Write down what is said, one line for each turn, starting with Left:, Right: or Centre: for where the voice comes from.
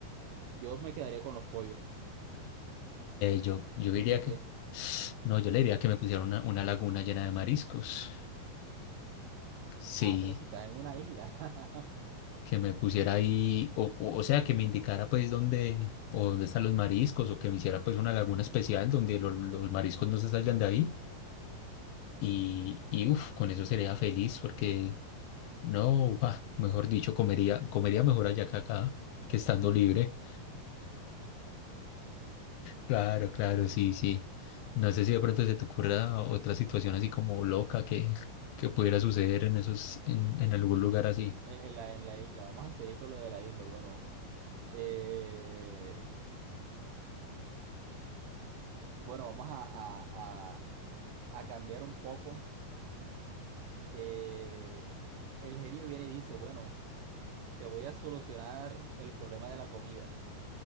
Right: Yo me quedaría con los pollos.
Left: yo, yo
Right: ¿Tú,
Left: diría
Right: tú
Left: que...
Right: qué?
Left: <sniffs> No, yo le diría que me pusiera una, una laguna llena de mariscos. Sí,
Right: Ah, pero si estás en una isla. <laughs>
Left: que me pusiera ahí, o, o, o sea, que me indicara pues dónde, o dónde están los mariscos, o que me hiciera pues una laguna especial donde lo- los mariscos no se salgan de ahí. Y, y uff, con eso sería feliz porque No, ah, mejor dicho, comería, comería mejor allá que acá, que estando libre. Claro, claro, sí, sí. No sé si de pronto se te ocurra otra situación así como loca que, que pudiera suceder en esos, en, en algún lugar así.
Right: En, en la, en la isla. Vamos a seguir con lo de la isla. Bueno, eh, bueno, vamos a, a, a, a cambiar un poco. Eh, el genio viene y dice, bueno, te voy a solucionar el problema de la comida.